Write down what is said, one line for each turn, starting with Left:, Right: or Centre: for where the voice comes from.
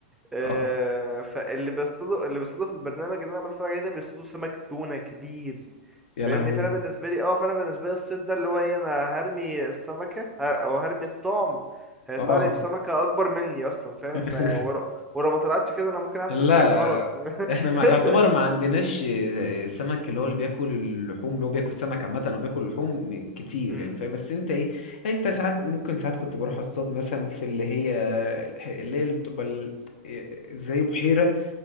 Centre: آه،
Left: اه
Centre: فاللي بيصطادوا اللي بيصطادوا في البرنامج اللي انا بتفرج عليه ده بيصطادوا سمك تونة كبير
Left: يا
Centre: فاهمني
Left: لهوي
Centre: فانا بالنسبه لي اه فانا بالنسبه لي الصيد ده اللي هو ايه انا هرمي السمكه ه- او هرمي الطعم هيطلع
Left: اه
Centre: لي بسمكه اكبر مني اصلا فاهم
Left: <laughs>
Centre: ف ولو ولو ما طلعتش كده انا ممكن احس
Left: لا
Centre: ان في حاجه غلط <laughs>
Left: احنا ما يعتبر ما عندناش آه، سمك اللي هو اللي بياكل اللحوم اللي هو بياكل سمك عامة او بياكل لحوم كتير
Centre: امم
Left: يعني فاهم بس انت ايه يعني انت
Centre: امم
Left: ساعات ممكن ساعات كنت بروح اصطاد مثلا في اللي هي اللي هي اللي بتبقى ال- آه، زي بحيرة